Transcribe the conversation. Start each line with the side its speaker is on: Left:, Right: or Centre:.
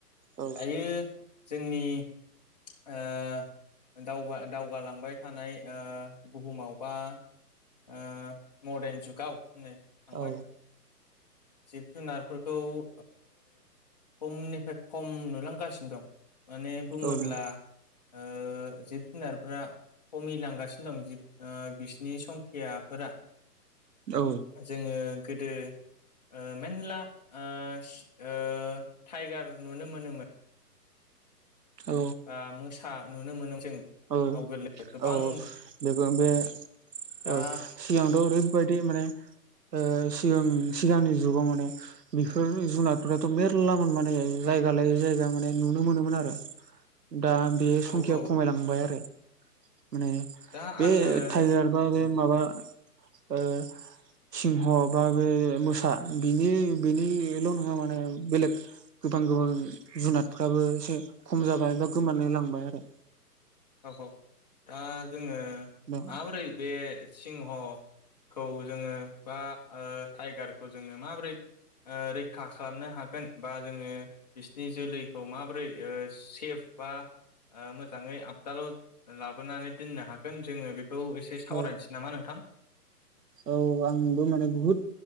Right: औ
Left: दायो जोंनि ओ दावगालांबाय थानाय ओ बुहुमाव बा ओ मदेर्न जुगाव होननाय थांबाय
Right: औ
Left: जिब जुनारफोरखौ ओ खमनिफ्राय खम नुलांगासिनो दं माने बुङोब्ला
Right: औ
Left: ओ जिब जुनारफ्रा खमिलांगासिनो दं जिब ओ बिसिनि संखियाफोरा
Right: औ
Left: जोङो गोदो ओ मेनल्ला ओ-ओ थाइगार नुनो मोनोमोन।
Right: औ
Left: बा मोसा नुनो मोनोमोन जों
Right: औ-औ-औ
Left: आवगोलो गोबां
Right: बेबो बे
Left: दा
Right: औ सिगांथ ओरै बेफोरबायदि माने ओ सिगां-सिगांनि जुगाव माने बेफोर जुनारफोराथ' मेरलामोन माने। जायगा लायै जायगा माने नुनो मोनोमोन आरो दा बे
Left: औ
Right: संखिया
Left: औ
Right: खमायलांबाय आरो माने
Left: दा
Right: बे
Left: आङो
Right: टाइगार बा बे
Left: औ
Right: माबा
Left: औ
Right: ओ सिंह बा बे मोसा बिनि बिनिल' नङा माने बेलेग गोबां-गोबां जुनादफ्राबो एसे खम जाबाय बा गोमानो लांबाय आरो
Left: औ औ दा जोङो
Right: दा
Left: माबोरै बे सिंह खौ जोङो बा ओ थाइगारखौ जोङो माबोरै ओ रैखा खालामनो हागोन बा जोङो बिसिनि जोलैखौ ओ माबोरै सेफ बा ओ मोजाङै आ हटालाव लाबोनानै दोननो हागोन जोङो बेखौ एसे सावरायनोसै
Right: औ
Left: नामा नोंथां
Right: औ आंबो मानि बुहुत